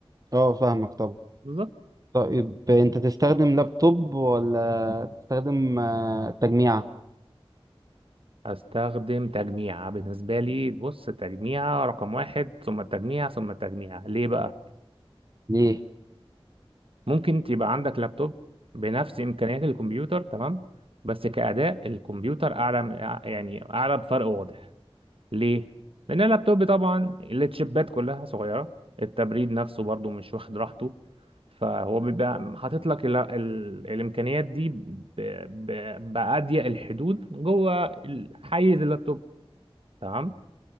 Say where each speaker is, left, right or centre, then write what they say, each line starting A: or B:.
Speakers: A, on the right; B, on the right.
A: اه فاهمك طبعا
B: بالظبط
A: طيب انت تستخدم لابتوب ولا تستخدم آه، تجميعة
B: هستخدم تجميع بالنسبة لي بص تجميع رقم واحد ثم التجميع ثم التجميع ليه بقى
A: ليه
B: ممكن تبقى عندك لابتوب بنفس إمكانيات الكمبيوتر تمام بس كأداء الكمبيوتر أعلى يعني أعلى بفرق واضح ليه؟ لأن اللابتوب طبعا التشيبات كلها صغيرة التبريد نفسه برضو مش واخد راحته فهو بيبقى حاطط لك ال ال الإمكانيات دي ب- ب- بأضيق الحدود جوه ال- حيز اللابتوب تمام؟